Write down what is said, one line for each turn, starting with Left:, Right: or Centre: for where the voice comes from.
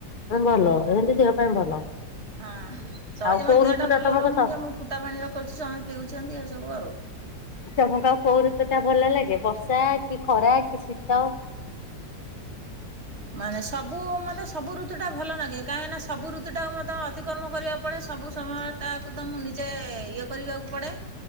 Left: ଭଲ ଏମିତି ଦେହ ପାଇଁ ଭଲ।
Right: ହଁ ସହଜେ
Left: ଆଉ କୋଉ
Right: ମୋ ଦେିହ
Left: ଋତୁ
Right: ଟା ଭଲ
Left: ତମକୁ
Right: ରହୁନି
Left: ସ
Right: ଆଉ ମୁଁ ଫୁଟା ପାଣି ରଖୁଛି ସମସ୍ତେ ପିଉଛନ୍ତି ଏଇ ସବୁ ଆଉ।
Left: ତମକୁ ଆଉ କୋଉ ଋତୁ ଟା ଭଲ ଲାଗେ ବର୍ଷା କି ଖରା କି ଶୀତ?
Right: ମାନେ ସବୁ ମତେ ସବୁ ଋତୁ ଟା ଭଲ ଲାଗେ କାହିଁକିନା ସବୁଋତୁ ଟାକୁ ମତେ ଅତିକକ୍ରମ କରିବାକୁ ପଡେ ସବୁ ସମୟ ଟାକୁ ତ ମୁଁ ନିଜେ ଇଏ କରିବାକୁ ପଡେ?